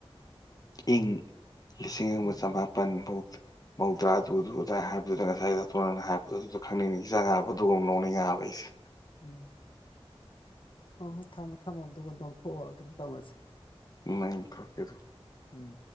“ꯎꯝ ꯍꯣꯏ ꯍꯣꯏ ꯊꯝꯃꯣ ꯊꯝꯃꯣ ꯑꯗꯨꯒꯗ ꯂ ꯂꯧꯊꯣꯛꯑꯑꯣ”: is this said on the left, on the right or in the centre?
Left